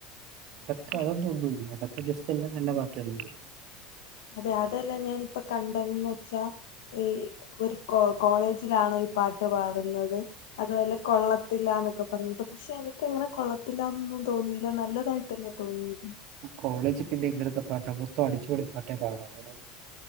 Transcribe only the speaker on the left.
ഉം
അതെ അതല്ല ഞാനിപ്പ കണ്ടത് ന്ന് വെച്ചാ ഈ ഒരു കോ കോളേജിലാണോ ഈ പാട്ട് പാടുന്നത് അതുപോലെ കൊള്ളത്തില്ല എന്നൊക്കെ പറഞ്ഞിട്ട് പക്ഷെ എനിക്ക് അങ്ങനെ കൊള്ളത്തില്ലാന്നും തോന്നിയില്ല നല്ലതായി തന്നെ തോന്നിയത്